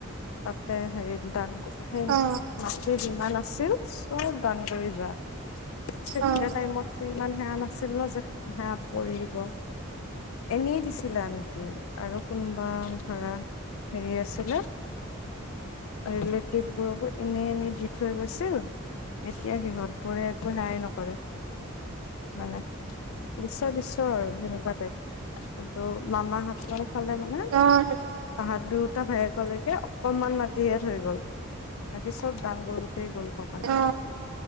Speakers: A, on the left; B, on the right.
A: তাতে হেৰি টান হেই
B: অ
A: মাটি যিমান আছিল। <unintelligible> দান কৰি যোৱা। তেতিয়া
B: অ
A: টাইমত ইমান সেয়া নাছিল। আছিল ন যে সেয়া কৰি দিব। এনেই দিছিলে আনকি আৰু কোনোবা ধৰা হেৰি আছিলে। ৰিলেটিভ বোৰকো এনে এনেই দি থৈ গৈছে। আছিল। এতিয়া সিহঁত বোৰে একো সেয়াই নকৰে। মানে দিছে দিছে আৰু তেনেকুৱা টাইপ। কিন্তু মামা হতঁৰ। সিফালে মানে
B: অ অ
A: তাহাত দুত দুটা ভায়েকলৈকে অকনমান মাটিহে থৈ গ'ল বাকী চব দান কৰি গ'ল ককাই।
B: অ